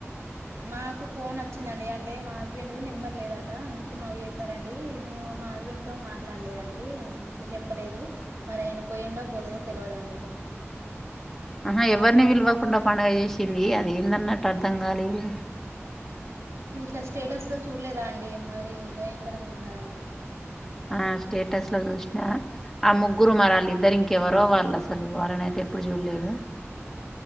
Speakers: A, on the right (about 85°); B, in the centre.
A: మాకు ఫోన్ వచ్చిందండి అంటే మా హస్బెండ్ది నెంబర్ లేదట అందుకే మాకు చేసారండి మేము మా హస్బెండ్ తో మాట్లాడలేదండి ఇట్ల చెప్పలేదు మరి ఆయన పోయిండో పోలేదో తెలియదండి ఇగ
B: ఆహా ఎవరిని పిలువకుండా పండుగ చేసింది అది ఏందన్నట్టు అర్ధం కాలేదు
A: ఇట్లా స్టేటస్ లో చూడలేదా అండి మరి భయంకరంగా ఉన్నారండి
B: ఆ స్టేటస్ లో చూసినా ఆ ముగ్గురు మరలీద్దరు ఇంకెవరో వాళ్ళు అసలు వాళ్ళనైతే ఎప్పుడు చూడలేదు